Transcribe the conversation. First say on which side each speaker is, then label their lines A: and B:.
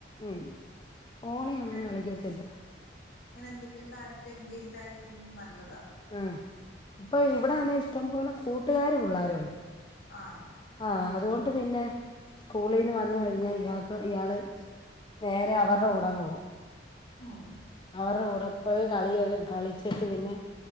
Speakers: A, on the left; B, on the left.
A: ഉം ഫോണി
B: ഇങ്ങനെ
A: അങ്ങനെ കളിക്കത്തില്ല
B: ഇങ്ങനെ എന്തെങ്കിലും കാര്യത്തില് എൻഗേജഡ് ആയിട്ടിരിക്കുന്നത് നല്ലതാ
A: ആഹ് അപ്പൊ ഇവിടെവന്ന് ഇഷ്ടം പോലെ കൂട്ടുകാര് പിള്ളേരുണ്ട്
B: ആണോ
A: ആഹ് അതുകൊണ്ട് പിന്നെ സ്കൂളീന്ന് വന്ന് കഴിഞ്ഞാ ഇയാൾക്ക് ഇയാള് നേരെ അവരുടെ കൂടങ്ങ് പോകും
B: ഉം
A: അവരുടെ കൂടെ ഒരു കളി കളിച്ചിട്ട് പിന്നെ